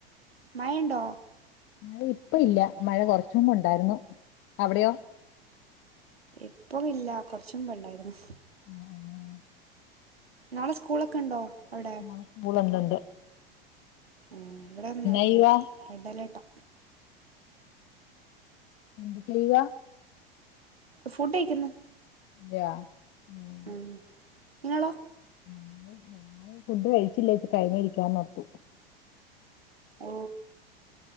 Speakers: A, on the right; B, on the left.
A: മഴ ഉണ്ടോ?
B: മഴ ഇപ്പ ഇല്ല മഴ കൊറച്ച് മുമ്പ് ഉണ്ടായിരുന്നു. അവിടെയോ?
A: ഇപ്പ ഇല്ല കൊറച്ച് മുമ്പ് ഉണ്ടായിരുന്നു.
B: ആ ആ,
A: നാളെ സ്കൂളൊക്കെ ഉണ്ടോ? അവിടെ
B: നാളെ സ്കൂള് ഉണ്ട് ണ്ട്
A: ഉ ഇവിടെന്നാളെ
B: ചെയ്യുവാ
A: ഇല്ല റെഡ് അലേർട്ടാ.
B: എന്ത് ചെയ്യാ
A: ഫുഡ് കഴിക്കുന്നു
B: അതെയോ ഞങ്ങൾ
A: ഉം നിങ്ങളോ
B: ഞങ്ങൾ കഴിഫുഡ് കഴിച്ചില്ലേച് കഴിഞ്ഞ ഇരിക്കാന്ന് നടത്തു.
A: ഓ